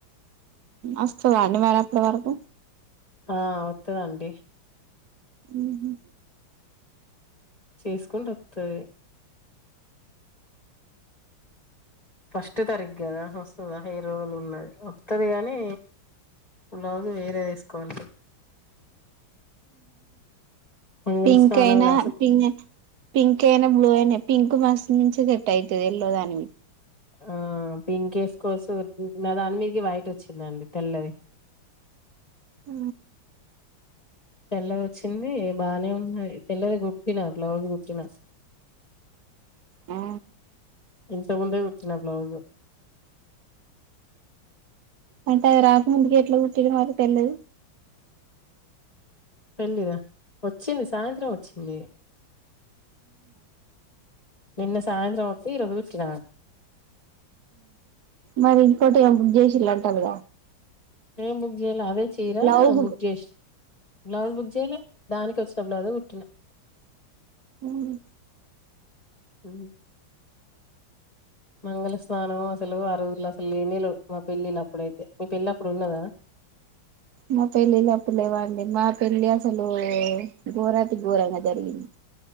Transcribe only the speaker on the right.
అస్స్త ద అండి మరి అప్పటి వరకు
ఉహు
పింక్
అయినా
ప పింక్ అయినా బ్లూ అనే పింక్ మస్ నుంచి సట్ అవుతుంది ఎల్లో దాని
ఆ
ఆ
అంటే అ రాకముందుకి ఎట్లా కుట్టిరు మాకు తెలిదు
మరి ఇంకోటి బుక్ చేసిలా కల్గ
బ్లౌజులు
హ్మ్
మా పెళ్ళిళప్పుడు లేవండి. మా పెళ్ళి అసలు ఘోరాతి ఘోరంగా జరిగింది.